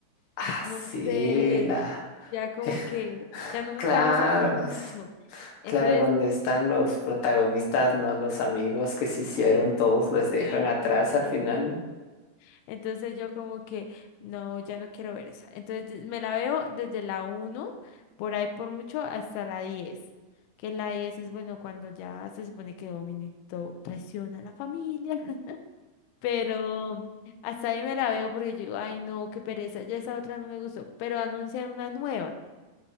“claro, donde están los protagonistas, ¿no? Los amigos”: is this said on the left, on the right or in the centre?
Left